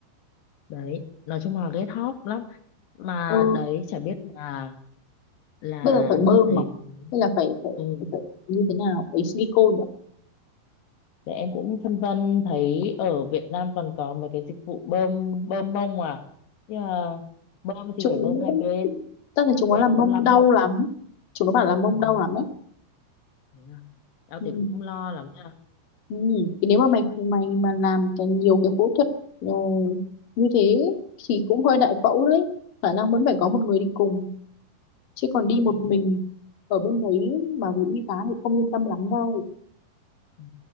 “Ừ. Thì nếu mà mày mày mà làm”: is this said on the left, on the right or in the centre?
Left